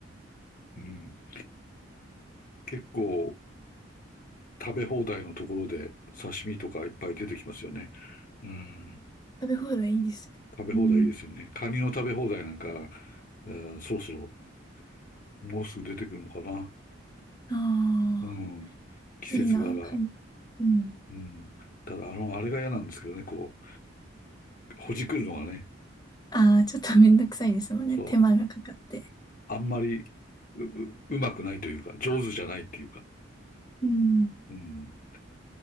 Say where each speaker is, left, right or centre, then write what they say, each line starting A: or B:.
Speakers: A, on the left (about 45°); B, on the left (about 20°).
A: うん。結構食べ放題のところで刺身とかいっぱい出てきますよね。うん。
B: 食べ放題いいですね。
A: 食べ放題いいですよね。
B: うん
A: カニの食べ放題なんか、うんそろそろもうすぐ出てくるのかな。
B: ああ、
A: うん。季節柄。
B: いいな、かん、うん。
A: うん。ただ、あの、あれが嫌なんですけどね、こう、ほじくるのがね、
B: ああ、ちょっとめんどくさいですもんね。
A: そう、
B: 手間がかかって。
A: あんまりう、う、うまくないというか、上手じゃないっていうか、
B: うん。
A: うん。